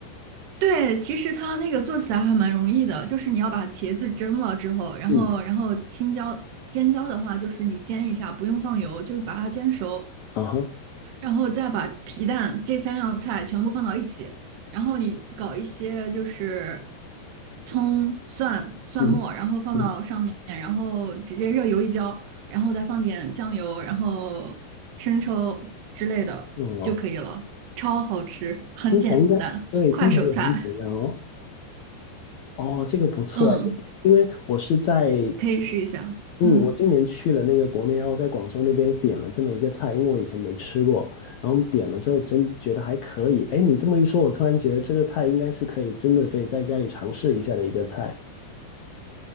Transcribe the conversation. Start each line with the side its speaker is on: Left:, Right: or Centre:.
Right: 对，其实它那个做起来还蛮容易的，就是你要把茄子蒸了之后，然后然后青椒、
Left: 嗯，
Right: 尖椒的话，就是你煎一下，不用放油，就是把它煎熟，
Left: 啊哈，
Right: 然后再把皮蛋这三样菜全部放到一起，然后你搞一些就是葱、蒜、蒜末，
Left: 嗯
Right: 然后放到上面，
Left: 嗯
Right: 然后直接热油一浇，然后再放点酱油，然后生抽之类的就可以了，
Left: 哦，
Right: 超好吃，很简单，
Left: 听起来应该对，
Right: 快手菜，
Left: 听起来也很简单哦。哦，这个不错哎，
Right: 嗯，
Left: 因为我是在就
Right: 可以试一下，
Left: 嗯，
Right: 嗯。
Left: 我今年去了那个国内，然后在广州那边点了这么一个菜，因为我以前没吃过，然后点了之后真觉得还可以。哎，你这么一说，我突然觉得这个菜应该是可以，真的可以在家里尝试一下的一个菜。